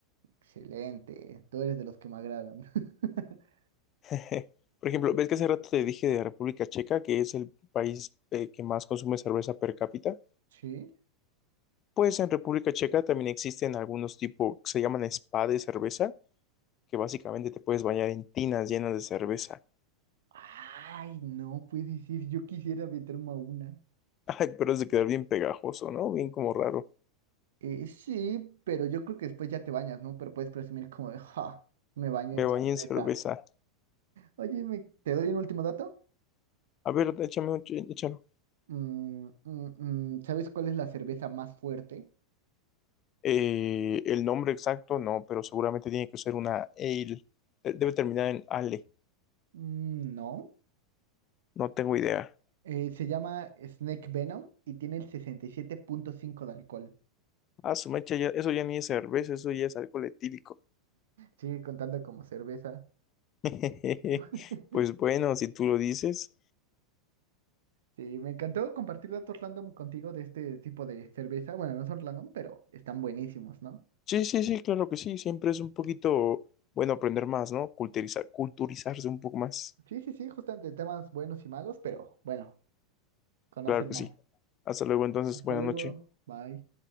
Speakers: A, on the right (about 60°); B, on the left (about 30°).
A: Excelente, tú eres de los que me agradan. <laughs>
B: <laughs> Por ejemplo, ¿ves que hace rato te dije de República Checa, que es el país eh, que más consume cerveza per cápita?
A: ¿Sí?
B: Pues en República Checa también existen algunos tipos que se llaman spa de cerveza, que básicamente te puedes bañar en tinas llenas de cerveza.
A: Ay, no puede decir, yo quisiera meterme a una.
B: <laughs> Ay, pero es de quedar bien pegajoso, ¿no? Bien como raro.
A: Eh, sí, pero yo creo que después ya te bañas, ¿no? Pero puedes presumir como de, ja, me bañé
B: Me
A: en
B: bañé
A: cerveza.
B: en cerveza.
A: Oye, me- ¿te doy un último dato?
B: A ver, échame, un- ch- échame
A: Mm, mm, mm, ¿sabes cuál es la cerveza más fuerte?
B: Eh, el nombre exacto no, pero seguramente tiene que ser una ale. De- Debe terminar en ale.
A: Mm, no.
B: No tengo idea.
A: Eh, se llama Snake Venom y tiene el 67.5 de alcohol.
B: Ah, su mecha, ya- eso ya ni es cerveza, eso ya es alcohol etílico.
A: Sigue contando como cerveza.
B: <laughs>
A: <laughs>
B: Pues bueno, si tú lo dices.
A: Sí, me encantó compartir datos random contigo de este tipo de cerveza. Bueno, no son random, pero están buenísimos, ¿no?
B: Sí, sí, sí, claro que sí. Siempre es un poquito bueno aprender más, ¿no? Culturizar, culturizarse un poco más.
A: Sí, sí, sí, justamente temas buenos y malos, pero bueno, conocer
B: Claro que
A: más.
B: sí. Hasta luego, entonces,
A: Hasta
B: buena
A: luego.
B: noche.
A: Bye.